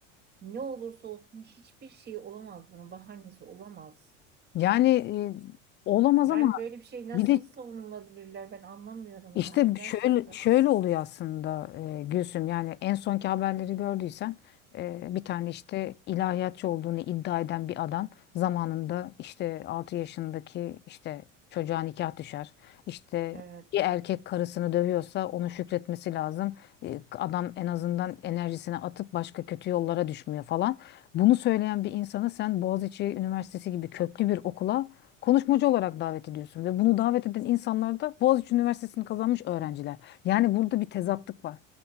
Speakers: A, on the right (about 25°); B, on the left (about 30°).
A: ne olursa olsun hiçbir şey olamaz bunun bahanesi olamaz.
B: Yani e, olamaz
A: Yani
B: ama
A: böyle bir şey nasıl
B: bir de
A: savunulabilirler ben anlamıyorum
B: İşte
A: yani gerçekten.
B: şöyle şöyle oluyor aslında e, Gülsüm yani en sonki haberleri gördüysen e, bir tane işte ilahiyatçı olduğunu iddia eden bir adam zamanında işte 6 yaşındaki işte çocuğa nikah düşer. İşte
A: Evet.
B: bir erkek karısını dövüyorsa onu şükretmesi lazım. E, adam en azından enerjisini atıp başka kötü yollara düşmüyor falan. Bunu söyleyen bir insana sen Boğaziçi Üniversitesi gibi köklü bir okula konuşmacı olarak davet ediyorsun ve bunu davet eden insanlar da Boğaziçi Üniversitesi'ni kazanmış öğrenciler. Yani burada bir tezatlık var.